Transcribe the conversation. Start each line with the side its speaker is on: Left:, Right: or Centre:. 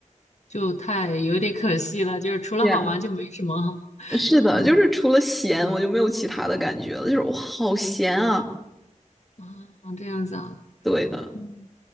Left: 就太有点可惜了，就是除了好玩就没什么，
Centre: 对，
Left: <laughs>
Centre: e 是的，
Left: 就没
Centre: 就是除了咸，我就没有其他的感觉了，就是我好咸啊！
Left: 啊，这样子啊。
Centre: 对的。
Left: 嗯